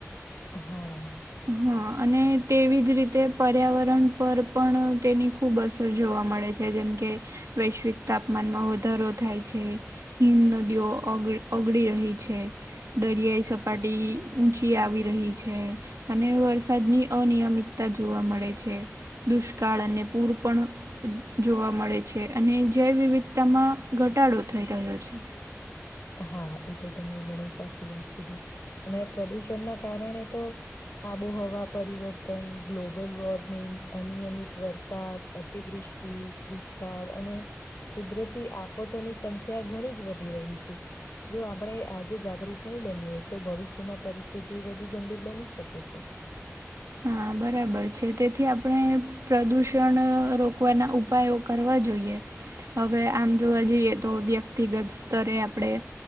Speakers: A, on the left (about 60°); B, on the right (about 80°).
A: હા
B: હા અને તેવી જ રીતે પર્યાવરણ પર પણ તેની ખૂબ અસર જોવા મળે છે જેમ કે વૈશ્વિક તાપમાનમાં વધારો થાય છે હિમ નદીઓગ ઓગળી રહી છે દરિયાઈ સપાટી ઊંચી આવી રહી છે અને વરસાદની અનિયમિતતા જોવા મળે છે દુષ્કાળ અને પૂર પણ જોવા મળે છે અને જૈવવવિધતામાં ઘટાડો થઈ રહ્યો છે
A: હા એ તો તમે ઘણી સાચી વાત કીધી અને પ્રદુષણ ના કારણે તો આબોહવા પરિવર્તન ગ્લોબલ વોર્મિંગ અનિયમિત વર્ષ સાદ અતિવૃષ્ટિ દુષ્કાળ અને કુદરતી આફતોની સંખ્યા ઘણી જ વધી રહી છે જો આપણે આજે જાગૃત નહીં બનીએ તો ભવિષ્યમાં પરિસ્થિતિ વધુ ગંભીર બની શકે છે
B: હા બરાબર છે તેથી આપણે પ્રદૂષણ રોકવાના ઉપાયો કરવા જોઈએ હવે આમ જોવા જઈએ તો વ્યક્તિગત સ્તરે આપણેે